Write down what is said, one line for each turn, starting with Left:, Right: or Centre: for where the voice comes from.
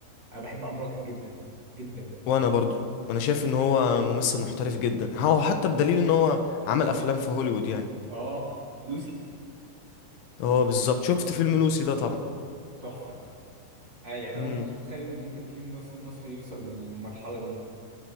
Right: انا بحب عمرو واكد جدا جدا
Left: وانا برضو انا شايف ان هو ممثل محترف جدا هو حتى بدليل ان هو عمل افلام في هوليوود يعني
Right: اه لوسي
Left: هو بالظبط شفت فيلم لوسي ده طبعا
Right: تحفه آه، يعني
Left: امم
Right: انا ما كنتش متخيل ان ممكن في ممثل مصري يوصل للمرحله دي